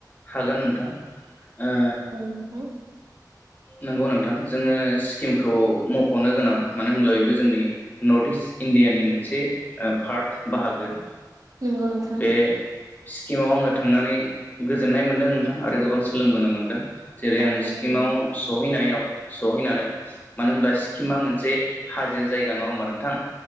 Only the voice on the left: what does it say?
हागोन नोंथां ओ
नंगौ नोंथां जोङो सिक्किमखौ मख'नो गोनां मानो होनब्ला बेबो जोंनि नर्थ इस्ट इण्डियानि मोनसे पार्ट बाहागो
बे सिक्किमाव आङो थांनानै गोजोननाय मोन्दों नोंथां आरो गोबां सोलोंबोनो मोन्दों जेरै
आं
सिक्किमाव
सहैनायाव सहैनानै मानो होनबब्ला सिक्किमा मोनसे हाजो जायगा नङा होमबा नोंथां